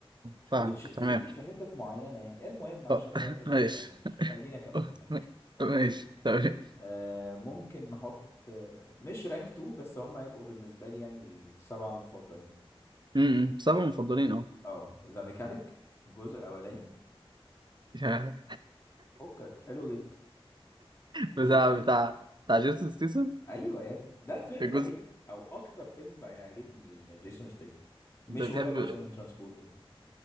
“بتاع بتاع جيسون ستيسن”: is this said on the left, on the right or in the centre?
Right